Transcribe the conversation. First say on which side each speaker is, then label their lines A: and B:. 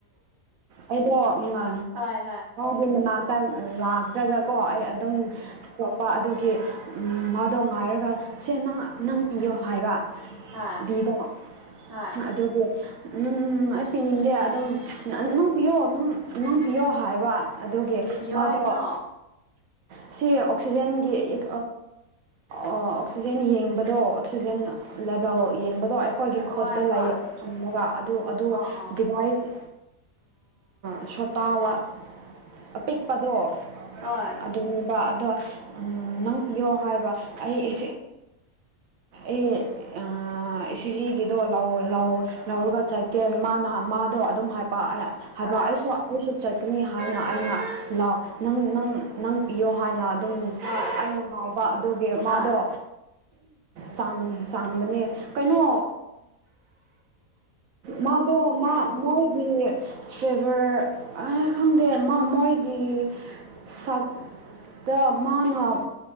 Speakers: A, on the right (about 70°); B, on the right (about 20°).
A: ꯑꯩꯗꯣ ꯃꯥ
B: ꯍꯣꯏ
A: ꯃꯅꯥꯛꯇ ꯂꯥꯛꯇ꯭ꯔꯒꯀꯣ ꯑꯩ ꯑꯗꯨꯝ ꯇꯣꯞꯄ ꯑꯗꯨꯒꯤ ꯃꯥꯗꯣ ꯉꯥꯏꯔꯒ ꯁꯦ ꯅꯪ ꯅꯪ ꯄꯤꯌꯣ ꯍꯥꯏꯕ
B: ꯍꯣꯏ
A: ꯗꯤꯕ
B: ꯍꯣꯏ ꯍꯣꯏ
A: ꯑꯗꯨꯒꯤ ꯎꯝ ꯑꯩ ꯄꯤꯅꯤꯡꯗꯦ ꯑꯗꯨꯝ ꯅꯨꯡ ꯄꯤꯌꯣꯝ ꯅꯨꯡ ꯄꯤꯌꯣ ꯍꯥꯏꯕ ꯑꯗꯨꯒꯤ
B: ꯀꯔꯤ ꯄꯤꯌꯣ
A: ꯃꯥꯗꯣ
B: ꯍꯥꯏꯕꯅꯣ
A: ꯁꯤ ꯑꯣꯛꯁꯤꯖꯦꯟꯒꯤ ꯑꯣꯛꯁꯤꯖꯦꯟ ꯌꯦꯡꯕꯗꯣ ꯑꯣꯛꯁꯤꯖꯦꯟ ꯂ‌ꯦꯕ‌ꯦꯜ ꯌꯦꯡꯕꯗꯣ ꯑꯩꯈꯣꯏꯒꯤ
B: ꯍꯣꯏ
A: ꯈꯨꯠꯇ ꯂꯩ
B: ꯍꯣꯏ
A: ꯊꯝꯃꯒ ꯑꯗꯨ ꯑꯗꯨ
B: ꯑꯥ ꯑꯥ
A: ꯗꯤꯚꯥꯏꯁ ꯁꯣꯇꯥ ꯋꯥ ꯑꯄꯤꯛꯄꯗꯣ
B: ꯍꫭꯏ
A: ꯑꯗꯨꯅꯦꯕ ꯑꯗꯣ ꯅꯪ ꯄꯤꯌꯣ ꯍꯥꯏꯕ ꯑꯩ ꯑꯩ ꯑꯥ ꯏꯖꯤꯒꯤꯗꯣ ꯂꯧꯑꯣ ꯂꯧ ꯂꯧꯔꯒ ꯆꯠꯀꯦ ꯃꯥꯅ ꯃꯥꯗꯣ ꯑꯗꯨꯝ ꯍꯥꯏꯄ ꯍꯥꯏꯕ
B: ꯍꯣꯏ
A: ꯑꯩꯁꯨ ꯑꯩꯁꯨ ꯆꯠꯀꯅꯤ ꯍꯥꯏꯅ ꯑꯩꯅ ꯂꯥꯎꯑꯣ ꯅꯪ ꯅꯪ ꯅꯪ ꯄꯤꯌꯣ ꯍꯥꯏꯅ ꯑꯗꯨꯝ
B: ꯍꯣꯏ
A: ꯑꯩꯅ ꯉꯥꯎꯕ ꯑꯗꯨꯒꯤ
B: ꯍꯣꯏ
A: ꯃꯥꯗꯣ ꯆꯥꯡ ꯆꯥꯡꯕꯅꯦ ꯀꯩꯅꯣ ꯃꯥꯗꯨ ꯃꯥ ꯃꯣꯏꯒꯤ ꯐꯦꯚꯔꯅ ꯈꯪꯗꯦ ꯃꯣꯏꯒꯤ ꯁꯛ ꯗ ꯃꯥꯅ